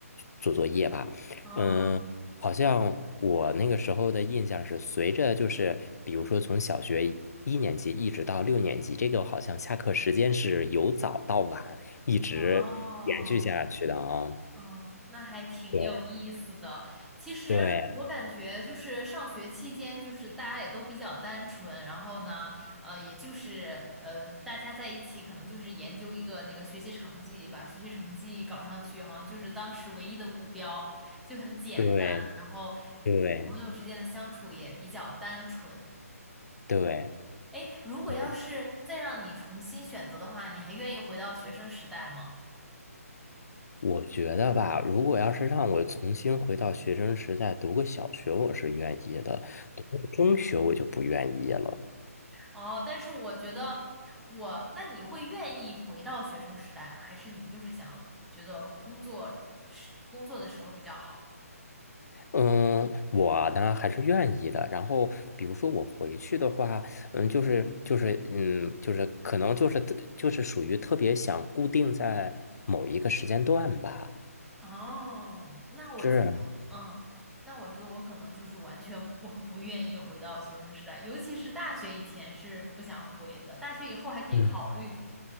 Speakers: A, on the left; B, in the centre.
A: 做做作业吧。
B: 嗯
A: 嗯。好像我那个时候的印象是，随着就是，比如说从小学一年级一直到六年级，这个好像下课时间是由早到晚一直延续下去的啊。
B: 哦，嗯，那还挺有意思的。
A: 对
B: 其实我感觉就是上学期间，
A: 对
B: 就是大家也都比较单纯，然后呢，呃，也就是呃，大家在一起可能就是研究一个那个学习成绩，把学习成绩搞上去，好像就是当时唯一的目标，就很简单。
A: 对
B: 然后
A: 对
B: 朋友之间的相处也比较单纯。
A: 对，
B: 哎，如果要是再让你重新选择的话，
A: 对，
B: 你还愿意回到学生时代吗？
A: 我觉得吧，如果要是让我重新回到学生时代读个小学，我是愿意的；读个中学，我就不愿意了。
B: 哦，但是我觉得我，那你会愿意回到学生时代吗？还是你就是想觉得工作时工作的时候比较好？
A: 嗯，我呢还是愿意的。然后，比如说我回去的话，嗯，就是就是嗯，就是可能就是特就是属于特别想固定在某一个时间段吧。
B: 哦，那我觉得，
A: 是，
B: 嗯，那我觉得我可能就是完全不 <laughs> 不愿意回到学生时代，尤其是大学以前是不想回的，大学以后还可以考虑，
A: 嗯，